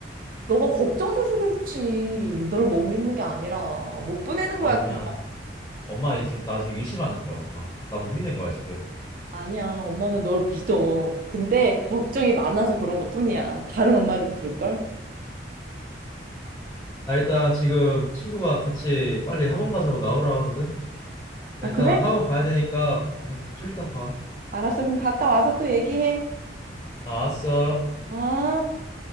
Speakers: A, on the right (about 45°); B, on the left (about 15°).
A: 너가 걱정돼서 그렇지. 널 못 믿는 게 아니라 못 보내는
B: 아니야.
A: 거야, 그냥.
B: 엄마 이 지금 나 지금 의심하는 거야, 엄마. 나 못 믿는 거야, 지금.
A: 아니야, 엄마는 널 믿어. 근데 걱정이 많아서 그런 것뿐이야. 다른 엄마들도 그럴걸?
B: 나 일단 지금 친구가 같이 빨리 학원 가자고 나오라고 하거든. 일단
A: 아, 그래?
B: 학원 가야 되니까 엄마 좀 이따 봐.
A: 알았어. 그럼 갔다 와서 또 얘기해.
B: 알았어.
A: 어?